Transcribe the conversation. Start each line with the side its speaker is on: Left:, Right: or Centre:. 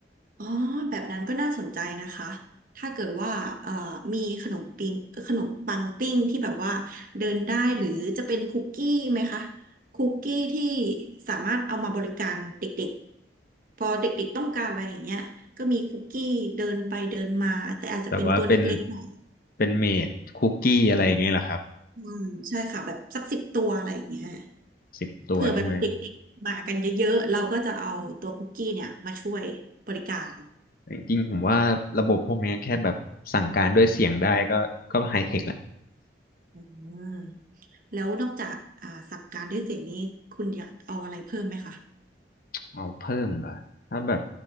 Right: อ๋อแบบนั้นก็น่าสนใจนะคะ ถ้าเกิดว่าเอ่อมีขนมปิ้งขนมปังปิ้งที่แบบว่าเดินได้หรือจะเป็นคุกกี้ไหมคะคุกกี้ที่สามารถเอามาบริการเด็กๆพอเด็กๆต้องการอะไรอย่างเงี้ยก็มีคุกกี้เดินไปเดินมาแต่อาจจะเป็นตัวเล็กๆหน่อย
Left: แบบว่าเป็นเป็นเมดคุกกี้อะไรอย่างเงี้ยเหรอครับ
Right: อืมใช่ค่ะแบบสักสิบตัวอะไรอย่างเงี้ย
Left: สิบตัวใช่ไหม
Right: เผื่อแบบเด็กๆมากันเยอะๆเราก็จะเอาตัวคุกกี้เนี่ยมาช่วยบริการ
Left: แต่จริงๆผมว่าระบบพวกเนี้ยแค่แบบสั่งการด้วยเสียงได้ก็ก็ไฮเทคละ
Right: อืม แล้วนอกจากอ่าสั่งการด้วยเสียงนี้คุณอยากเอาอะไรเพิ่มไหมคะ
Left: เอาเพิ่มเหรอถ้าแบบ